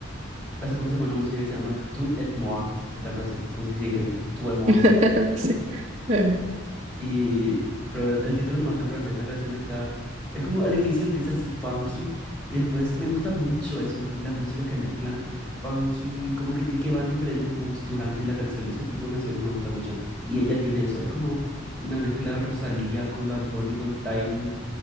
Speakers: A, in the centre; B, on the right.
A: hace poco sacó una música que se llama Tu et moi. Está en francés. No sé si dije bien. Tu et moi.
B: <laughs> Sí. Bueno,
A: Y, pero el título nomás está en francés, la canción está... Es como al inicio empieza así funky y después me gusta mucho eso, a mí las músicas que mezclan funky, como que, ti- que van diferentes moods durante la canción, ese tipo de canciones me gusta mucho. Y ella tiene eso, es como una mezcla de Rosalía con Bad Bunny, con Tiny,